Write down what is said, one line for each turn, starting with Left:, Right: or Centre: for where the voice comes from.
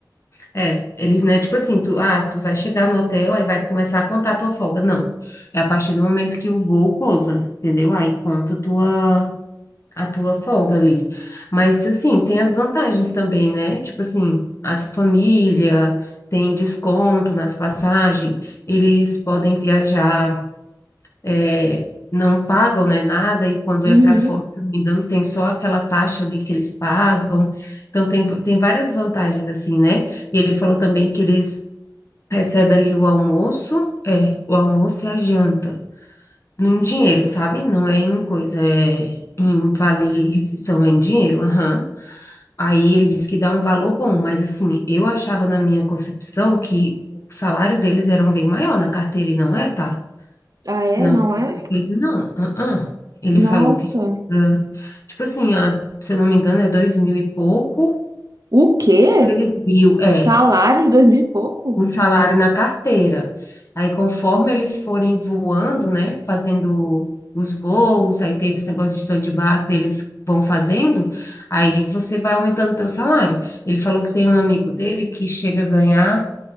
Left: É, ele não é tipo assim, tu, ah, tu vai chegar no hotel, aí vai começar a contar a tua folga. Não. É a partir do momento que o voo pousa, entendeu? Aí conta a tua, a tua folga ali. Mas, assim, tem as vantagens também, né? Tipo assim, as família tem desconto nas passagens, eles podem viajar é, não pagam, né, nada, e quando
Right: Uhum.
Left: é para fora, se não me engano, tem só aquela taxa ali que eles pagam. Então, tem, tem várias vantagens, assim, né? E ele falou também que eles recebem ali o almoço, é, o almoço e a janta, em dinheiro, sabe? Não é em coisa, é em vale-refeição, é em dinheiro, aham. Aí ele disse que dá um valor bom, mas assim, eu achava na minha concepção que o salário deles era um bem maior na carteira, e não é, tá?
Right: Ah, é?
Left: Não,
Right: Não é?
Left: essas coisas não. ah, ah. Ele
Right: Nossa.
Left: falou que, ah, tipo assim, ah, se eu não me engano, é dois mil e pouco,
Right: O quê?
Left: três mil, é,
Right: Salário de dois mil e pouco?
Left: o salário na carteira. Aí, conforme eles forem voando, né, fazendo os voos, aí tem esse negócio de stand-by, que eles vão fazendo, aí você vai aumentando o teu salário. Ele falou que tem um amigo dele que chega a ganhar